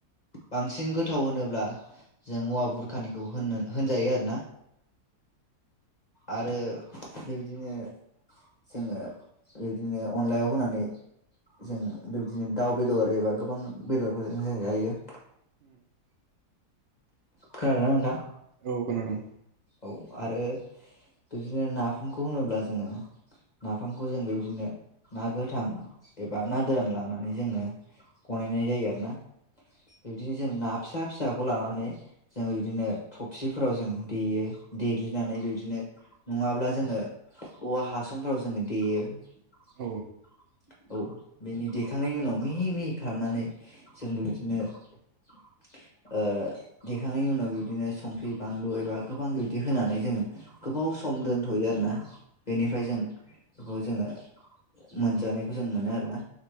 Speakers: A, on the left (about 50°); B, on the right (about 90°).
A: बांसिन गोथाव होनोब्ला जों औवा बुरखानिखौ होन होनजायो आरोना आरो बेबायदिनो जोङो बिदिनो अनलायाव होनानै जों बिबादिनो दाउ बे दर एबा गोबां बेदरफोरजों जों जायो
B: उ <inaudible>
A: खोनादोंना नोंथां
B: औ खोनादों
A: औ आरो बिदिनो नाफामखौ होनोब्ला जोङो नाफामखौ जों बेबायदिनो ना गोथां एबा नागोरान लानानै जोङो बनायनाय जायो आरो ना बिबादिनो जों ना फिसा फिसाखौ लानानै जों बिदिनो थफसिफोराव जों देयो देग्लिनानै बिदिनो नङाब्ला जोङो औवा हासुंफोराव जोङो देयो <inaudible>
B: औ
A: बिनि देखांनायनि उनाव मिहि मिहि खालामनानै जों बिबादिनो ओ देखांनायनि उनाव बिबादिनो संख्रि बानलु एबा गोबां बिबदि होनानै जोङो गोबाव
B: औ
A: सम दोनथ'यो आरोना बेनिफ्राय
B: औ
A: जों बेखौ जोङो मोन जानायखौ जों मोनो आरो ना